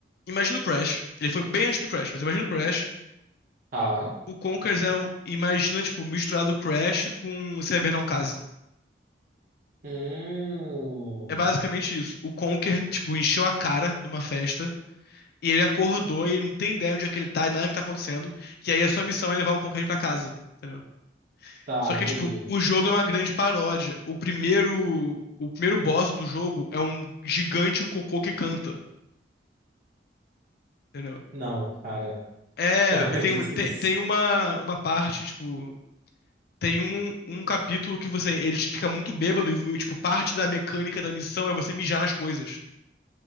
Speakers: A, on the left; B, on the right.
A: Imagina o Crash. Ele foi bem antes do Crash, mas imagina o Crash.
B: Tá.
A: O Conkers é um. Imagina, tipo, misturado o Crash com o Cyber Não Case.
B: Hum,
A: É basicamente isso. O Conker, tipo, encheu a cara numa festa E ele acordou e ele não tem ideia onde é que ele tá e nada que tá acontecendo. E aí a sua missão é levar o Conqueror pra casa, entendeu?
B: tá,
A: Só que,
B: entendi.
A: tipo, o jogo é uma grande paródia. O primeiro, o primeiro boss do jogo é um gigante cocô que canta, entendeu?
B: Não, cara,
A: É,
B: eu não acredito
A: tem, uma- tem,
B: nisso.
A: tem uma, uma parte, tipo, tem um, um capítulo que você, ele te fica muito bêbado e, tipo, parte da mecânica da missão é você mijar nas coisas.